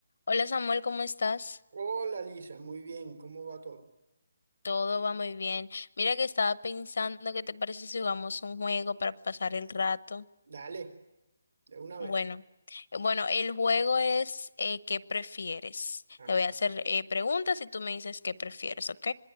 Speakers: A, on the left (about 75°); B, on the right (about 80°).
A: Hola Samuel, ¿cómo estás?
B: Hola Lisa, muy bien, ¿cómo va todo?
A: Todo va muy bien. Mira que estaba pensando, ¿qué te parece si jugamos un juego para pasar el rato?
B: Dale, de una
A: Bueno,
B: vez.
A: eh, bueno, el juego es eh, ¿qué prefieres?
B: Ah,
A: Te voy a hacer eh, preguntas y tú me dices qué prefieres, ¿ok?